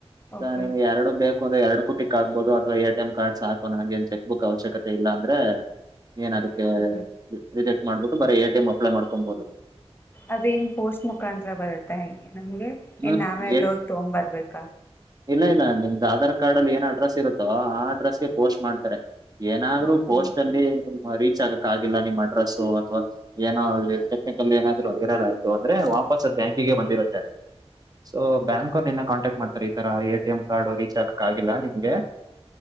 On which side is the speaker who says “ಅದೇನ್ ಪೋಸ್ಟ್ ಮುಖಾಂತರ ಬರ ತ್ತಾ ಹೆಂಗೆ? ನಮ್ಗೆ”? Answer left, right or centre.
Left